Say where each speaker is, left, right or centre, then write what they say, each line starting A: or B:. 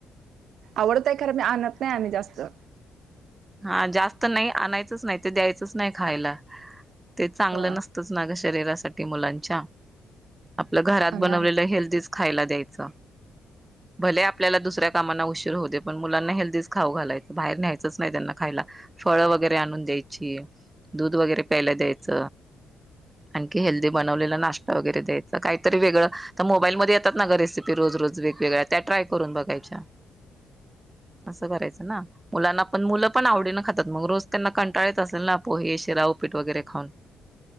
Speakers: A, on the right; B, on the right.
A: आवडतय खरं मी आणत नाही आम्ही जास्त. जा
B: हा जास्त नाही आणायचंच नाही ते द्यायचंच नाही खायला. ते चांगलं
A: हो
B: नसतंच ना गं शरीरासा ते मुलांच्या आपलं घरात
A: आम्ही
B: बनवलेलं
A: आण
B: हेल्दीच खायला द्यायच भले आपल्याला दुसऱ्या कामना उशीर होऊ दे पण मुलांना हेल्दीच खाऊ घालायच बाहेर न्यायचच त्यांना खायला फळ वगैरे आणून द्यायची दूध वगैरे प्यायला द्यायच आणखी हेल्दी बनवलेला नाश्ता वगैरे द्यायच काहीतरी वेगळं तर मोबाईल म येतात ना ग रेसिपी रोज रोज वेगवेगळ्या त्या ट्राय करून बघायच्या असं करायच ना मुलांना पण मुलं पण आवडीनं खातात मग रोज त्यांना कंटाळत असेल ना पोहे शीरा उपीट वगैरे खाऊन.